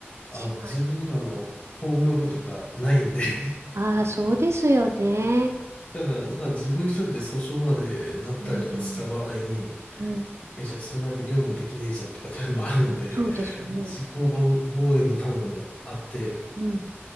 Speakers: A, on the left; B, on the right.
A: あの、
B: 確か
A: 自分にはあの、法務部とかないんで
B: に。
A: <laughs>
B: ああ、そうですよね。
A: だから、じゃあ自分一人で訴訟までなったりとかした場合に、
B: うん、うん、
A: え、じゃあそんな間業務できねえじゃんとかっていうのもあるので、
B: そうですね。
A: 自己防防衛のためもあって、
B: うん。